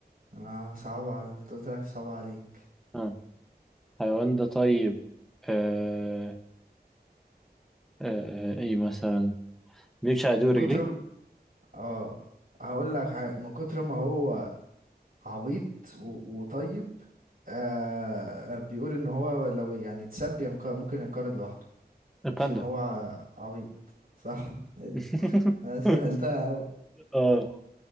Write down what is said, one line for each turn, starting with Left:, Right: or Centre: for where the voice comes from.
Right: انا صعب ع- قلت لك صعب عليك
Centre: آه. الحيوان ده طيب آه. آه. إيه مثلا بيمشي على
Right: من
Centre: دور
Right: كتر
Centre: رجليه
Right: م... اه هقول لك حاجة من كتر ما هو عبيط و... وطيب آه بيقول ان هو لو يعني اتسب ينقر ممكن ينقرض لوحده
Centre: الباندا
Right: عشان هو ع- عبيط صح ايه ده
Centre: <laughs>
Right: انا سهلتها أوي
Centre: اه